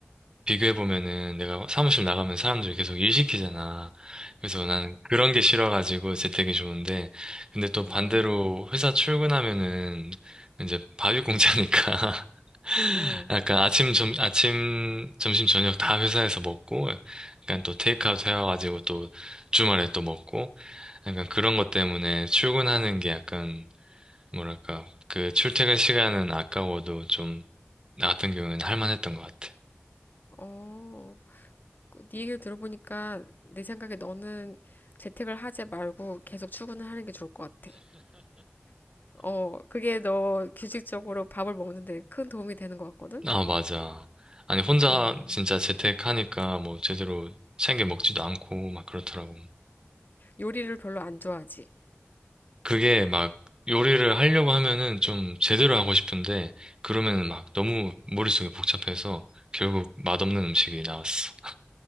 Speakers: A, on the right; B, on the left.
A: 비교해보면은 내가 사무실 나가면 사람들 계속 일 시키잖아. 그래서 나는 그런 게 싫어가지고 재택이 좋은데. 근데 또 반대로
B: 음,
A: 회사 출근하면은 이제 밥이공짜니까 <laughs>
B: 음,
A: 약간 아침, 점, 아침, 점심, 저녁 다 회사에서 먹고, 약간 또 테이크아웃 해와가지고 또 주말에 또 먹고, 약간 그런 것 때문에 출근하는 게 약간 뭐랄까, 그 출퇴근 시간은 아까워도 좀, 나 같은 경우에는 할만했던 것 같아.
B: 어. 그네 얘기를 들어보니까 내 생각에 너는 재택을 하지 말고 계속 출근을 하는 게 좋을 것 같아. 어, 그게 너 규칙적으로 밥을 먹는데 큰 도움이 되는 것 같거든?
A: 아, 맞아. 아니, 혼자
B: 음,
A: 진짜 재택하니까 뭐 제대로 챙겨 먹지도 않고 막 그렇더라고.
B: 요리를 별로 안 좋아하지.
A: 그게 막 요리를 하려고 하면은 좀 제대로 하고 싶은데, 그러면은 막 너무 머릿속이 복잡해서 결국 맛없는 음식이 나왔어.